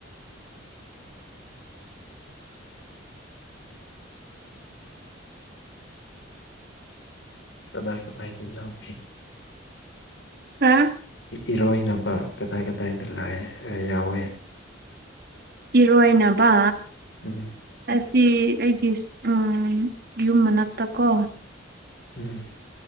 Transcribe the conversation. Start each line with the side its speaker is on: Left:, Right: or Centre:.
Left: ꯀꯗꯥꯏ ꯀꯗꯥꯥꯏ ꯖꯂꯥꯎꯕꯤ
Right: ꯍꯥ
Left: ꯏꯔꯣꯏꯅꯕ ꯀꯗꯥꯏ ꯀꯗꯥꯏꯗ ꯂꯥꯏ ꯌꯥꯎꯋꯤ
Right: ꯏꯔꯣꯢꯅꯕ
Left: ꯎꯝ
Right: ꯑꯁꯤ ꯑꯩꯒꯤ ꯎ ꯌꯨꯝ ꯃꯅꯥꯛꯇ ꯀꯣ
Left: ꯎꯝ